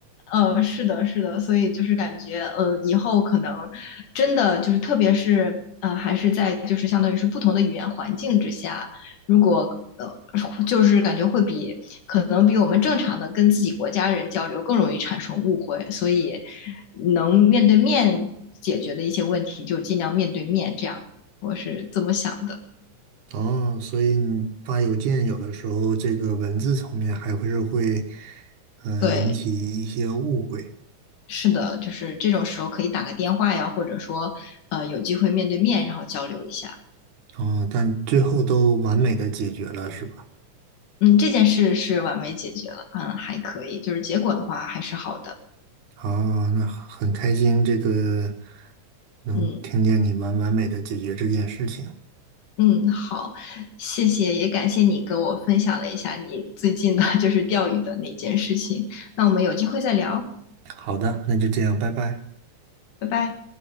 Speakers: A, on the left; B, on the right.
A: 呃，是的，是的，所以就是感觉，呃，以后可能真的就是，特别是呃，还是在就是相当于是不同的语言环境之下，如果呃，就是感觉会比可能比我们正常的跟自己国家人交流更容易产生误会，所以能面对面解决的一些问题，就尽量面对面，这样我是这么想的。
B: 哦，所以你发邮件有的时候这个文字层面还会是会，呃，
A: 对，
B: 引起一些误会，
A: 是的，就是这种时候可以打个电话呀，或者说呃，有机会面对面，然后交流一下。
B: 嗯，但最后都完美的解决了，是吧？
A: 嗯，这件事是完美解决了，嗯，还可以，就是结果的话还是好的，
B: 哦，那很开心，这个能听见你完完美的解决这件事情。
A: 嗯嗯，好，谢谢，也感谢你给我分享了一下你最近的就是钓鱼的那件事情，那我们有机会再聊，
B: 好的，那就这样，拜拜。
A: 拜拜。